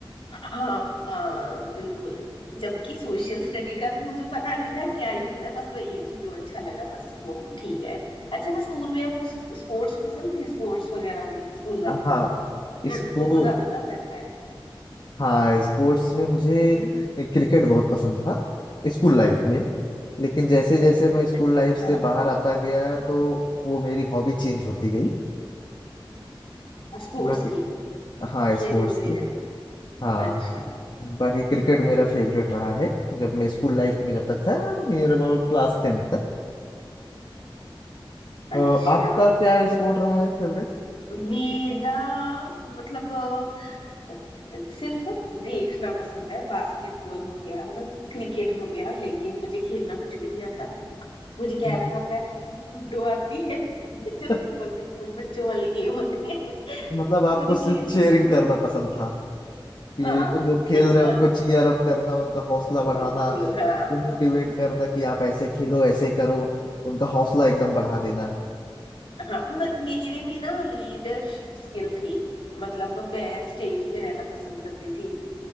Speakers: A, on the left; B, on the left.
A: हाँ हाँ बिल्कुल जबकि सोशल स्टडी का भी मुझे पता नहीं था क्या यूज है बस वही है कि जो अच्छा लगा बस वो ठीक है अच्छा स्कूल में आपको स्पोर्ट्स पसंद थी स्पोर्ट्स वगैरह में स्कूल लाइफ
B: हाँ
A: में
B: इसको
A: लड़कों को ज्यादातर रहता है
B: हाँ स्पोर्ट्स में मुझे क्रिकेट बहुत पसंद था स्कूल लाइफ में लेकिन जैसे जैसे मैं स्कूल
A: अच्छा
B: लाइफ से बाहर आता गया तो वो मेरी हॉबी चेंज होती गई
A: स्पोर्ट्स
B: बाकी
A: की
B: हाँ
A: खेल
B: स्पोर्ट्स
A: कूद
B: की
A: में है
B: हाँ
A: अच्छा
B: बाकी क्रिकेट मेरा फेवरेट रहा है जब मैं स्कूल लाइफ में जब तक था नियर अबाउट क्लास टेंथ
A: अच्छा
B: अ, आपका क्या स्पोर्ट रहा है फेवरेट
A: मेरा मतलब अ, सिर्फ देखना पसंद है बास्केटबॉल हो गया है ना क्रिकेट हो गया लेकिन मुझे खेलना कुछ भी नहीं आता मुझे क्या
B: मतलब
A: ना पता है लूडो आती है <laughs>
B: <laughs>
A: जो सिंपल सिंपल बच्चों वाली गेम होती है <laughs>
B: मतलब आपको
A: मुझे
B: सिर्फ
A: खेल
B: चीयरिंग
A: कूद में
B: करना पसंद था कि
A: हाँ
B: लोग खेल
A: <laughs>
B: रहे
A: बस
B: हैं उनको चीयर अप करना उनका हौसला बढ़ाना
A: बिल्कुल
B: उनको
A: हाँ
B: मोटिवेट करना कि आप ऐसे खेलो ऐसे करो उनका हौसला एकदम बढ़ा देना
A: हाँ म, मेरे में ना लीडरशिप स्किल थी मतलब मैं स्टेज पे रहना पसंद करती थी